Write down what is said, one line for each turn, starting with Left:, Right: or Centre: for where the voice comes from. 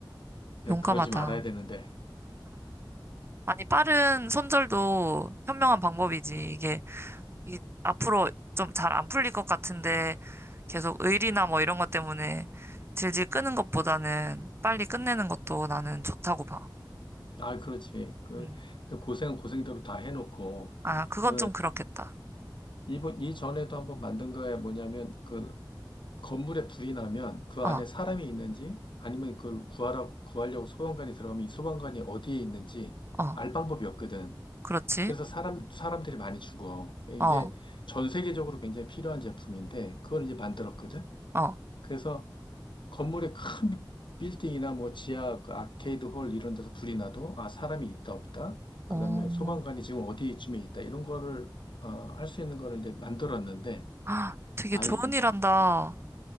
Left: 네,
Right: 용감하다.
Left: 그러지 말아야 되는데.
Right: 아니, 빠른 손절도 현명한 방법이지. 이게, 이게 앞으로 좀 잘 안 풀릴 것 같은데 계속 의리나 뭐 이런 것 때문에 질질 끄는 것보다는 빨리 끝내는 것도 나는 좋다고 봐.
Left: 아, 그렇지. 그,
Right: 음.
Left: 근데 고생은 고생대로 다 해놓고,
Right: 아, 그건
Left: 어,
Right: 좀 그렇겠다.
Left: 이번, 이전에도 한번 만든 거에 뭐냐면, 그, 건물에 불이 나면 그
Right: 어,
Left: 안에 사람이 있는지, 아니면 그걸 구하라고, 구하려고 소방관이 들어가면 이 소방관이 어디에 있는지
Right: 어,
Left: 알 방법이 없거든.
Right: 그렇지.
Left: 그래서 사람, 사람들이 많이 죽어. 이게
Right: 어,
Left: 전 세계적으로 굉장히 필요한 제품인데, 그걸 이제 만들었거든.
Right: 어.
Left: 그래서 건물의 큰 빌딩이나 뭐 지하 그 아케이드 홀 이런 데서 불이 나도 아 사람이 있다 없다 그다음에
Right: 어, <gasps>
Left: 소방관이 지금 어디쯤에 있다 이런 거를 어, 할 수 있는 거를 이제 만들었는데
Right: 아, 되게
Left: 아이
Right: 좋은 일 한다.